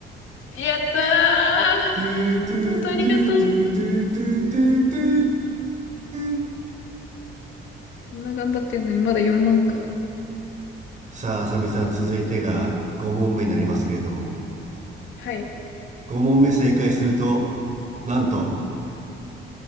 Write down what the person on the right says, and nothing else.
ゥートゥートゥートゥートゥートゥートゥートゥ
ー
さあ、あさみさん、続いてが5問目になりますけれども、
5問目正解すると、なんと、